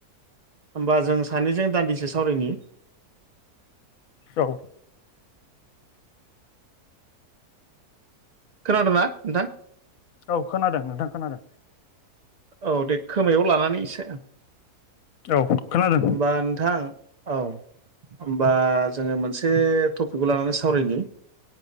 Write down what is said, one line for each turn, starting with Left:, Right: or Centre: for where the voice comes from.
Right: होमबा जों सानैजों दान्दिसे सावरायनि
Left: औ
Right: खोनादोंना नोंथां
Left: औ खोनादों नोंथां खोनादों
Right: औ दे खोमायाव लानानै इसे
Left: औ खोनादों
Right: होमबा नोंथां औ होमबा जोङो मोनसे टपिकखौ लानानै सावरायनि